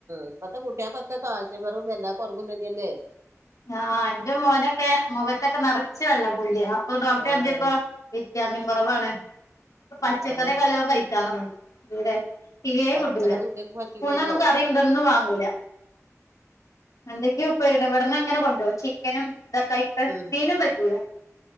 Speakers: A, on the right; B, on the left.
A: ഇപ്പത്തെ കുട്ടിയെക്കൊക്കെ കാൽസ്യ കൊറവും എല്ലാ കൊറവും തന്നെയല്ലേ
B: ആഹ് ഇന്റെ മോനൊക്കെ മോഖത്തൊക്കെ നർച്ച് വെള്ള പുള്ളിയ അപ്പൊ ഡോക്റ്റെ
A: ആഹ്
B: കാൺചപ്പോ വിറ്റാമിൻ കുറവാണ് പച്ചക്കറിയൊക്കെ
A: അതാണ്
B: നല്ലോം കഴിക്കാൻ പർഞ്ഞിണ് എവ്ടെ തീരെ
A: പച്ചക്കറി
B: കുട്ടൂല്ല
A: കുട്ടികൾക്ക് പറ്റൂലല്ലോ
B: സ്കൂൾന്നൊന്നും കറി തൊന്നും വാങ്ങൂല വെണ്ടയ്ക്ക ഉപ്പേരിയന്നെ ഇവ ഇവട്ന്നങ്ങനെ കൊണ്ടോവും ചിക്കനും ഇതക്കായിട്ട്
A: ഉം
B: മീനും പറ്റൂല